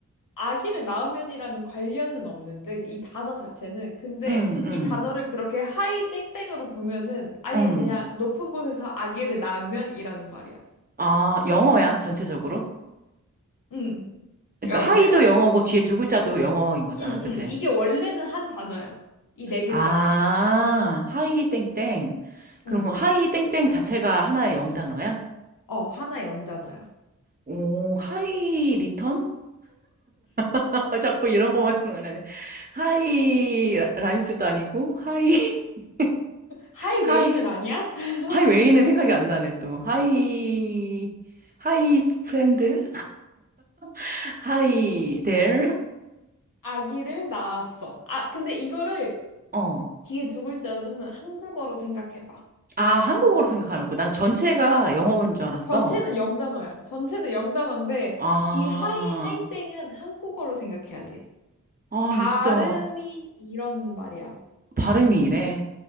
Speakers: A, on the left; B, on the right.
A: 아기를 낳으면이라는 관련은 없는데 이 단어 자체는 근데
B: 음, 음,
A: 이 단어를 그렇게 하이 땡땡으로 보면은 아예
B: 음.
A: 그냥 높은 곳에서 아기를 낳으면이라는 말이야.
B: 아, 영어야, 전체적으로?
A: 응,
B: 그러니까
A: 영어야.
B: 하이도 영어고 뒤에 두 글자도 영어인 거잖아,
A: 응,
B: 그치?
A: 응. 이게 원래는 한 단어야. 이 네 글자가.
B: 아, 하이 땡땡. 그러면
A: 응.
B: 하이 땡땡 자체가 하나의 영단어야?
A: 어, 하나의 영단어야.
B: 오, 하이 리턴? <laughs> 아, 자꾸 이런 것만 생각나네. 하이 라- 라이스도 아니고, 하이, <laughs>
A: 하이웨이는
B: 하이,
A: 아니야? <laughs>
B: 하이 웨이는 생각이 안 나네, 또. 하이, 하이 프렌드? <laughs> 하이 데어?
A: 아기를 낳았어. 아, 근데 이거를
B: 어.
A: 뒤에 두 글자로는 한국어로 생각해봐.
B: 아, 한국어로 생각하라고. 난 전체가 영어인 줄 알았어.
A: 전체는 영단어야. 전체는 영단어인데
B: 아,
A: 이 하이 땡땡은 한국어로 생각해야 돼.
B: 아,
A: 발음이
B: 이거 진짜
A: 이런 말이야.
B: 발음이 이래.